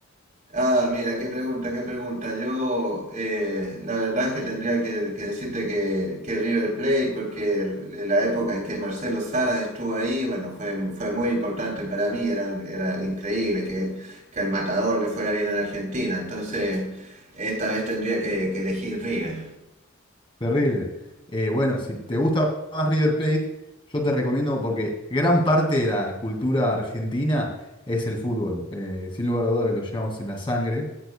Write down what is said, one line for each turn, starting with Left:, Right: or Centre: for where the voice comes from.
Right: Ah, mira, qué pregunta, qué pregunta. Yo, eh, la verdad es que tendría que, que decirte que, que River Plate, porque el- la época en que Marcelo Salas estuvo ahí, bueno, fue, mu- fue muy importante para mí. Era, era increíble que, que al Matador le fuera bien en Argentina. Entonces, esta vez tendría que, que elegir River.
Left: Terrible. Eh, bueno, si te gusta más River Plate, yo te recomiendo porque gran parte de la cultura argentina es el fútbol. Eh, sin lugar a duda que lo llevamos en la sangre.